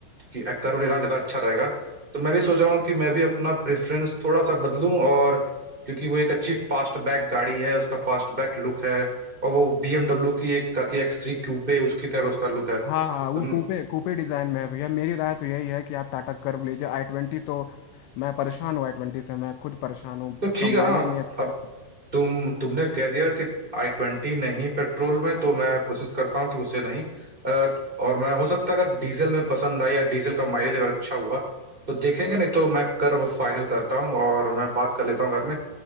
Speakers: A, on the right; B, on the left.
A: कि एक्का रोल लेना ज़्यादा अच्छा रहेगा तो मैं भी सोच रहा हूँ कि मैं भी अपना प्रेफरेंस थोड़ा सा बदलूं और क्योंकि वो एक अच्छी फास्ट बैक गाड़ी है उसका फास्ट बैक लुक है और वो BMW की एक का की एक्स थ्री क्यूपे उसकी तरह उसका लुक है
B: हाँ हाँ
A: तो,
B: वो कूपे कूपे डिज़ाइन में है भैया मेरी राय तो यही है कि आप टाटा कर्व लीजिए आई ट्वेंटी तो मैं परेशान हूँ आई ट्वेंटी से मैं खुद परेशान हूँ
A: तो
B: उसका
A: ठीक
B: माइलेज
A: है हाँ
B: नहीं अच्छा
A: अब
B: है
A: तुम तुमने कह दिया कि आई ट्वेंटी नहीं पेट्रोल में तो मैं कोशिश करता हूँ कि उसे नहीं अ, और मैं हो सकता है अगर डीजल में पसंद आई या डीजल का माइलेज अगर अच्छा हुआ तो देखेंगे नहीं तो मैं कर फाइनल करता हूँ और मैं बात कर लेता हूँ घर में